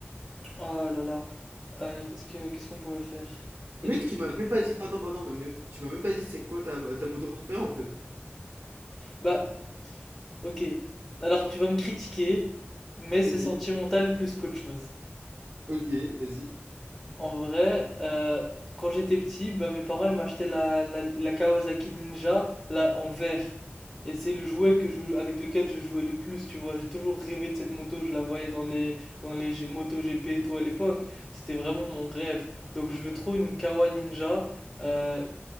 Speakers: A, on the left; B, on the right.
A: Oh là là, euh, qu'est-ce que, qu'est-ce qu'on pouvait faire?
B: Mec,
A: J'ai oublié.
B: tu m'as même pas dit, pardon, pardon, mais mais tu m'as même pas dit c'est quoi ta, ta moto préférée en fait.
A: Bah, Ok, alors tu vas me critiquer, mais c'est
B: Ok,
A: sentimental plus qu'autre chose.
B: ok, vas-y.
A: En vrai, euh, quand j'étais petit, bah, mes parents ils m'achetaient la, la, la Kawasaki Ninja là, en vert. Et c'est le jouet que je, avec lequel je jouais le plus, tu vois. J'ai toujours rêvé de cette moto, je la voyais dans les, dans les G- motos GP et tout à l'époque. C'était vraiment mon rêve. Donc je veux trop une Kawa Ninja. Euh,